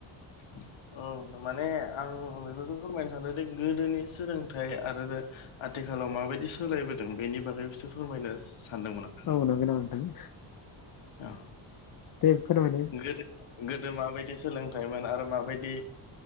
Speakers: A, on the left; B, on the left.
A: अ थारमाने आं बेखौसो फोरमायनो सानदों जे गोदोनि सोलोंथाइ आरोरो आथिखालाव माबायदि सोलायबोदों बेनि बागैसो फोरमायनो सानदोंमोन आं।
B: औ नंगौ नामा नोंथां?
A: आं
B: दे फोरमायलाय।
A: गोदो गोदो माबायदि सोलोंथाइमोन आरो माबायदि